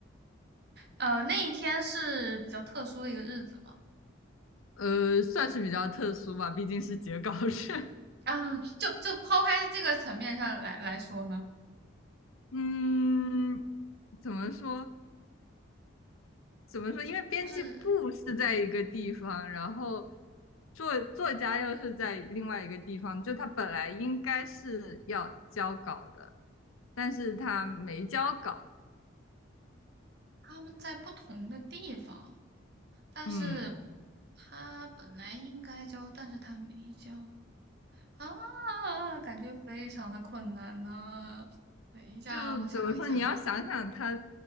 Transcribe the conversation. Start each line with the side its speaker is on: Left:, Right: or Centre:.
Right: 呃，那一天是比较特殊的一个日子
Left: 呃，算是比较特殊吧，毕竟是截稿日。<laughs>
Right: 啊，就就抛开这个层面上来来说呢，
Left: 嗯，怎么说？怎么说？因为编辑部是在一个地方，
Right: 就是
Left: 然后作作家又是在另外一个地方，就他本来应该是要交稿的，但是他没交稿。
Right: 他们在不同的地方，但是
Left: 嗯，
Right: 他本来应该交，但是他没交啊，感觉非常的困难呢、等一下，
Left: 就怎么说？
Right: 我想一下。
Left: 你要想想他